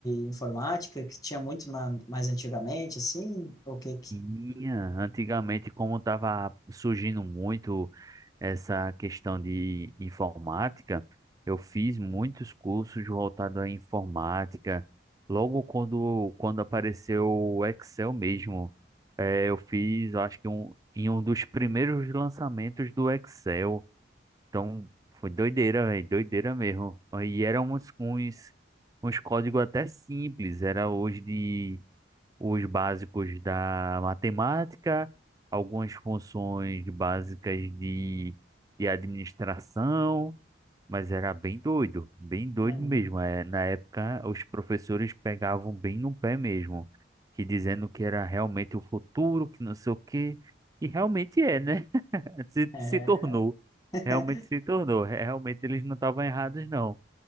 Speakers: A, on the left (about 20°); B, on the right (about 20°).
A: informática, que tinha muito na, mais antigamente, assim, o que que...
B: Tinha, antigamente, como estava surgindo muito essa questão de informática, eu fiz muitos cursos voltados à informática. Logo quando, quando apareceu o Excel mesmo, eh, eu fiz, eu acho que um, em um dos primeiros lançamentos do Excel. Então, foi doideira, velho, doideira mesmo. E eram uns, uns, uns códigos até simples, era hoje de os básicos da matemática, algumas funções básicas de, de administração, mas era bem doido, bem doido
A: Uhum.
B: mesmo. É, na época, os professores pegavam bem no pé mesmo, que dizendo que era realmente o futuro, que não sei o quê, e realmente é, né? <laughs> Se,
A: É.
B: se tornou,
A: <laughs>
B: realmente se tornou. Realmente eles não estavam errados, não.